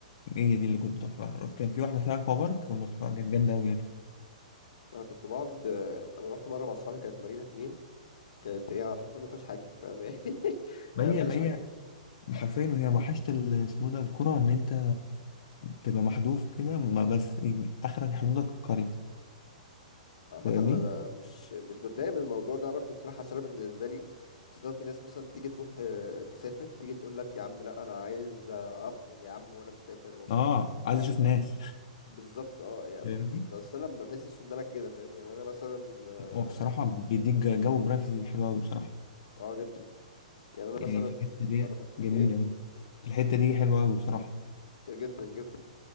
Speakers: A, on the left; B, on the left.
A: هي دي اللي كنت بروحها رحت- كان في واحده فيها اكوا بارك كنت بروحها كانت جامده قوي يعني
B: انا كنت بقعد آه، انا رحت مره مع اصحابي كانت مارينا اتنين كانت هي حرفيا ما فيهاش حاجه فاهم يعني <laughs>
A: ما
B: هي
A: هي
B: ما فيهاش
A: ما هي
B: حاجه
A: حرفيا وهي وحشت ال- اسمه ده الكره ان انت تبقى محذوف كده ما بس اخرك حدودك القريه
B: عامة
A: فاهمني
B: أنا مش مش بتضايق من الموضوع ده برضو بصراحة عشان أنا بالنسبة لي أصل في ناس مثلا تيجي تروح آه، تسافر تيجي تقول لك يا عم لا أنا عايز آه، أخرج يا عم وأنا مسافر وأتبسط
A: اه عايز
B: وبتاع
A: اشوف ناس
B: بالظبط أه يعني
A: فاهمني
B: بس, بس أنا ما بحسش إن أنا كده فاهم يعني أنا مثلا أه
A: هو بصراحه بيديك جو برايفسي حلو قوي بصراحه
B: آه، جدا يعني أنا
A: يعني
B: مثلا
A: في الحتة دي
B: ما بح...
A: جميلة
B: إيه
A: يعني في الحتة دي حلوة أوي بصراحة
B: إيه، جدا جدا